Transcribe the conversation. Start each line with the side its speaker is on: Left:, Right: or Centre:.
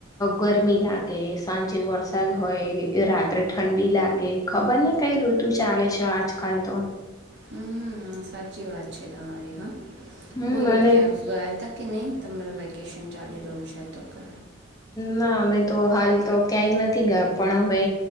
Left: ગરમી લાગે સાંજે વરસાદ હોય રાત્રે ઠંડી લાગે ખબર ને કઈ ઋતુ ચાલે છે આજકાલ તો
Right: હમ સાચી વાત છે તમા હા
Left: હમ
Right: બોલો
Left: અને
Right: ક્યાં ગયા હતા કે નહી તમારા વેકેશન ચાલી રહ્યું છે તો કે
Left: ના અમે તો હાલ તો ક્યાંય નથી ગયા પણ હવે